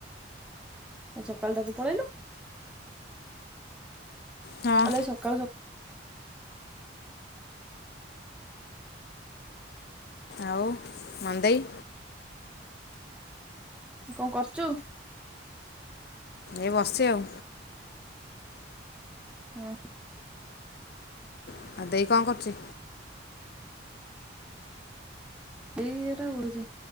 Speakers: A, in the centre; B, on the left.
A: ଆ ସକାଳୁଟାରୁ ପଳେଇଲୁ।
B: ହଁ
A: ଆଲୋ ଏଇ ସକାଳୁ
B: ଆଉ ମାନୁ ଦେଇ?
A: କଣ କରୁଛୁ?
B: ଏ ବସିଛି ଆଉ।
A: ହଁ।
B: ଆଉ ଦେଇ କଣ କରୁଛି?
A: ଦେଇ ଏଟା ବୁଲୁଛି।